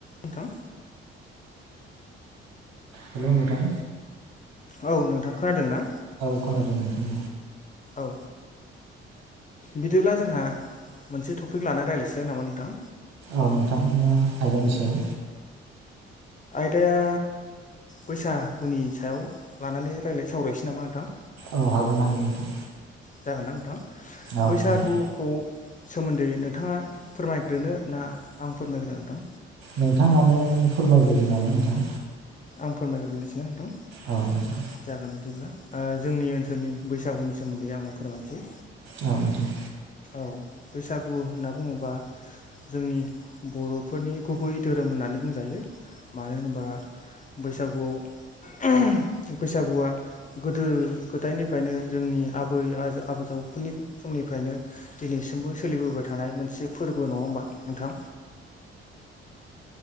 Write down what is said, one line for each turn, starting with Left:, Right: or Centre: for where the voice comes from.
Left: नोंथां
Right: हेलौ नोंथां
Left: औ नोंथां खोनादों ना
Right: औ खोनादों‌ नोंथां
Left: औ बिदिब्ला जोंहा मोनसे टपिक लानानै रायज्लायसैलाय नामा नोंथां
Right: औ नोंथां मा आयदानि सायाव
Left: आयदाया बैसागुनि सायाव लानानै राय्लाय सावरायसै नामा नोंथां
Right: औ हागोन हागोन नोंथां
Left: जागोनना नोंथां
Right: औ
Left: बैसागुखौ
Right: जागोन
Left: सोमोन्दै नोंथाङा फोरमायग्रोनो ना आं फोरमायग्रो नोंथां
Right: नोंथाङानो फोरमायबो नामा नोंथां
Left: आं फोरमायग्रोनोसै नांदों
Right: औ नोंथां
Left: जागोन बिदिब्ला जोंनि ओनसोलनि बैसागुनि सोमोन्दै आङो फोरमायसै
Right: औ नोंथां
Left: औ बैसागु होनना बुङोबा जोंनि बर'फोरनि गुबै धोरोम होननानै बुंजायो मानो होनोबा बैसागुआव बैसागुआ गोदो गोदायनिफ्रायनो जोंनि आबै आबै खुनि समनिफ्रायनो दिनैसिमबो सोलिबोबाय थानाय मोनसे फोरबो नङा होमबा नोंथां